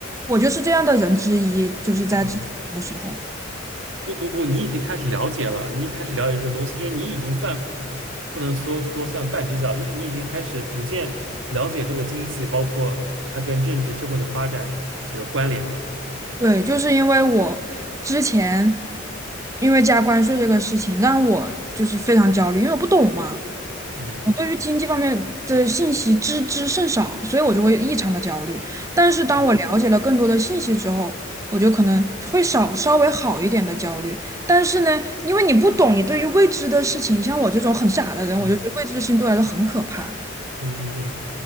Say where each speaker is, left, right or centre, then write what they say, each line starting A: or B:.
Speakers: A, on the right (about 15°); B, on the right (about 75°).
A: 我就是这样的人之一，就是在之前的时候，
B: 嗯。不不不，你已经开始了解了，你开始了解这个东西，就是你已经算不能说说算半只脚，就是你已经开始逐渐了解这个经济，包括它跟政治社会的发展这个关联了。
A: 对，就是因为我之前因为加关税这个事情让我就是非常焦虑，因为我不懂嘛。
B: 嗯
A: 我对于经济方面的信息知之甚少，所以我就会异常的焦虑。但是当我了解了更多的信息之后，
B: 嗯
A: 我就可能会少稍微好一点的焦虑。但是呢，因为你不懂，你对于未知的事情，像我这种很傻的人，
B: 嗯
A: 我就觉得未知的事情对我来说很可怕。
B: 嗯嗯嗯，